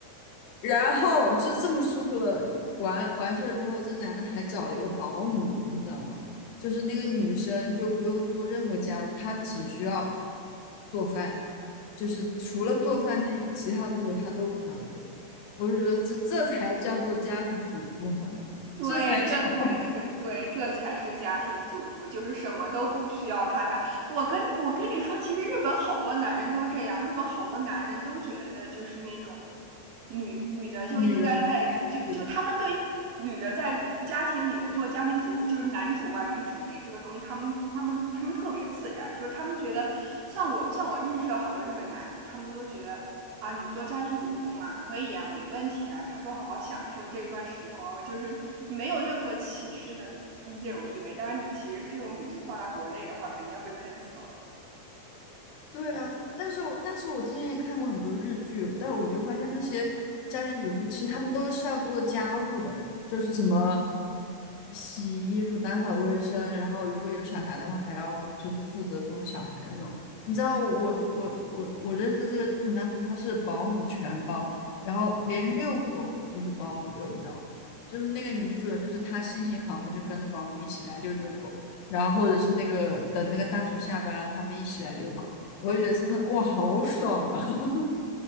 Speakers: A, on the left; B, on the right.
A: 然后就这么舒服了，完完事儿之后，这男的还找了一个保姆，你知道吗？就是那个女生就不用做任何家务，她只需要做饭，就是除了做饭那其他步骤她都不需要做。我就觉得这这才叫做家庭主妇好吗？
B: 对，
A: 这才叫
B: 这才是对，
A: <laughs>
B: 这才是家庭主妇，就是什么都不需要他干。我跟我跟你说，其实日本好多男人都这样，日本好多男人都觉得就是那种女女的就应该在就就他们对女的在家庭里面做家庭主妇，
A: 女人不应该出去工作。
B: 就是男主外女主内这个东西，他们他们他们特别自然，就是他们觉得像我像我认识了好多日本男的，他们都觉得啊，你做家庭主妇嘛，可以呀、没问题啊。他说好好享受这段时光，就是没有任何歧视的语这种意味。当然，你其实这种语境放在国内的话，肯定要被喷死了。
A: 对啊，但是我但是我之前也看过很多日剧，但我就发现那些家庭主妇其实他们都是要做家务的，就是什么洗衣服、打扫卫生，然后如果有小孩的话，还要就是负责这种小孩这种。你知道我我我我认识这个日本大叔，他是保姆全包，然后连遛狗都是保姆遛，你知道吗？就是那个女主人，就是她心情好，她就跟着保姆一起来遛遛狗，然后或者是那个等那个大叔下班了，他们一起来遛狗。我就觉得真的哇，好爽啊！<laughs>